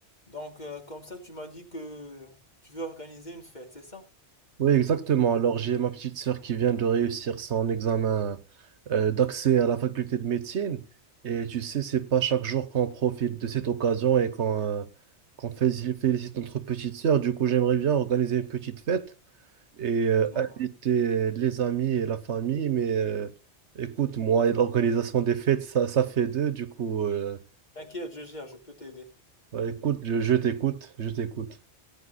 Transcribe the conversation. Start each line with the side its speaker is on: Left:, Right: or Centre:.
Left: Donc, euh, comme ça, tu m'as dit que tu veux organiser une fête, c'est ça?
Right: Oui, exactement. Alors, j'ai ma petite sœur qui vient de réussir son examen euh, d'accès à la faculté de médecine. Et tu sais, c'est pas chaque jour qu'on profite de cette occasion et qu'on euh, qu'on fé- félicite notre petite sœur. Du coup, j'aimerais bien organiser une petite fête et euh,
Left: Ouais.
Right: inviter les amis et la famille. Mais euh, écoute, moi et l'organisation des fêtes, ça, ça fait deux. Du coup, euh,
Left: T'inquiète, je gère, je peux t'aider.
Right: bah, écoute, je je t'écoute, je t'écoute.